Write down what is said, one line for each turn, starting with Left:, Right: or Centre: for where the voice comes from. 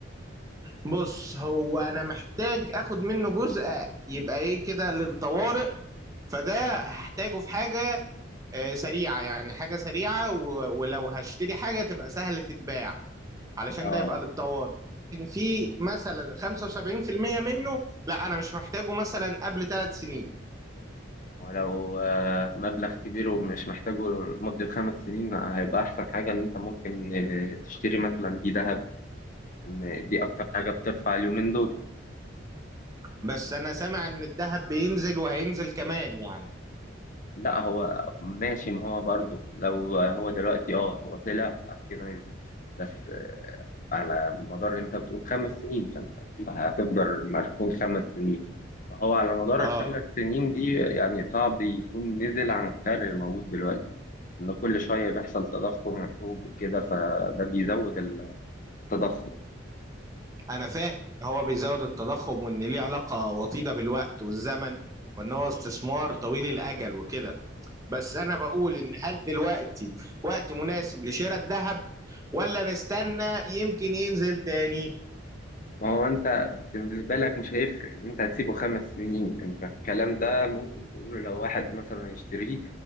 Right: بص هو انا محتاج اخد منه جزء يبقى ايه كده للطوارئ فده هحتاجه في حاجة أه سريعة يعني حاجة سريعة و- ولو هشتري حاجة تبقى سهلة تتباع علشان
Left: اه
Right: ده يبقى للطوارئ لكن في مثلا 75% منه لا انا مش محتاجه مثلا قبل ثلاث سنين
Left: ولو آه، مبلغ كبير ومش محتاجه لمدة خمس سنين هيبقى أحسن حاجة إن أنت ممكن آه، تشتري مثلا بيه ذهب إن دي أكتر حاجة بترفع اليومين دول
Right: بس انا سامع ان الذهب بينزل وهينزل كمان يعني
Left: لا هو ماشي ما هو برضه لو هو دلوقتي اه هو طلع بعد كده نزل بس آه، على مدار انت بتقول خمس سنين فانت هتفضل مركون خمس سنين فهو على مدار
Right: اه
Left: الخمس سنين دي يعني صعب يكون نزل عن السعر اللي موجود دلوقتي ان كل شوية بيحصل تضخم وحروب وكده فده بيزود التضخم
Right: انا فاهم ان هو بيزود التضخم وان ليه علاقة وطيدة بالوقت والزمن وان هو استثمار طويل الاجل وكده بس انا بقول ان هل دلوقتي وقت مناسب لشراء الذهب ولا نستنى يمكن ينزل تاني
Left: ما هو انت بالنسبة لك مش هيفرق اللي انت هتسيبه خمس سنين انت الكلام ده ممكن تقوله لو واحد مثلا هيشتريه